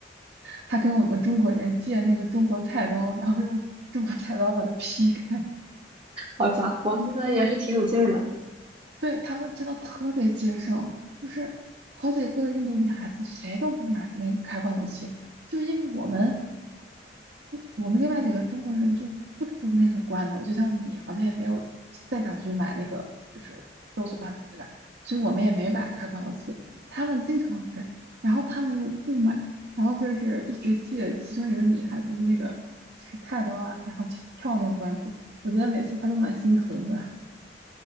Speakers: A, on the right (about 65°); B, on the right (about 30°).
A: 他跟我们中国人借那个中国菜刀，然后用中国菜刀把它劈开。
B: 好家伙，那也是挺有劲儿的。
A: 对，他们真的特别节省，就是好几个印度女孩子谁都不买那个开罐头器，就是因为我们我们另外几个中国人就不吃那种罐头，就像你好像也没有再想去买那个就是豆子罐头，对吧？所以我们也没买开罐头器，他们经常吃，然后他们又不买，然后就是一直借其中一个女孩子的那个就是菜刀啊，然后去撬那个罐头，我觉得每次她都蛮心疼的。